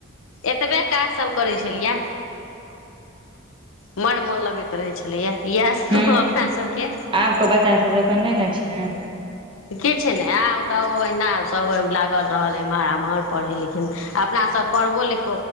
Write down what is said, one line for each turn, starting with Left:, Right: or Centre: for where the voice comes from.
Left: एतबे काज। सब करै छलियया बड़ मोन लगैत रहे छलेया। इएह सब
Right: ह
Left: अपना सबके
Right: आब के बच्चा सब जखन नहि ने छै
Left: किछ। ने आब त ओना सब ओहि लागल रहल एमहर एम्हर पढ़े लिखे। अपना सब पढ़बो लिख।